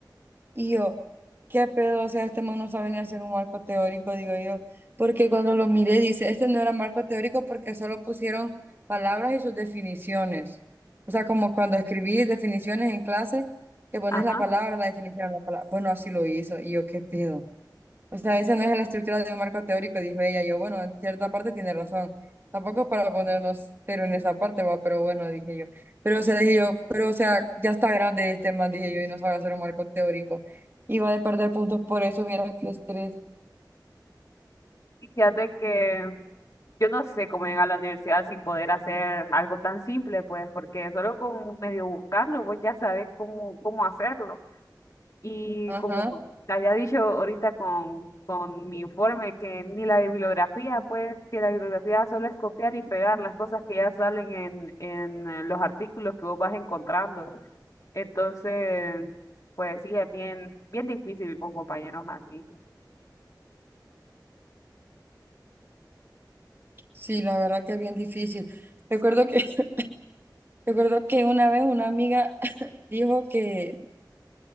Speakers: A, on the right (about 30°); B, on the left (about 45°).
A: Y yo, qué pedo, o sea, este man no sabe ni hacer un marco teórico, digo yo, porque cuando lo miré dice, este no era marco teórico porque solo pusieron palabras y sus definiciones. O sea, como cuando escribí definiciones en clase, que pones
B: Ajá.
A: la palabra, la definición, la palabra. Bueno, así lo hizo. Y yo, qué pedo. O sea, esa no es la estructura de un marco teórico, dijo ella. Yo, bueno, en cierta parte tiene razón. Tampoco es para ponernos cero en esa parte, va, pero bueno, dije yo. Pero, o sea, dije yo, pero, o sea, ya está grande este man, dije yo, y no sabe hacer un marco teórico. Y va a perder puntos por eso, viera qué estrés.
B: Y fíjate que yo no sé cómo llegar a la universidad sin poder hacer algo tan simple, pues, porque solo con medio buscarlo, vos ya sabes cómo, cómo hacerlo. Y
A: Ajá,
B: como te había dicho ahorita con, con mi informe, que ni la bibliografía, pues, que la bibliografía solo es copiar y pegar las cosas que ya salen en, en eh, los artículos que vos vas encontrando. Entonces, pues sí, es bien, bien difícil con compañeros así.
A: sí, la verdad que es bien difícil. Recuerdo que, <laughs> recuerdo que una vez una amiga <laughs> dijo que,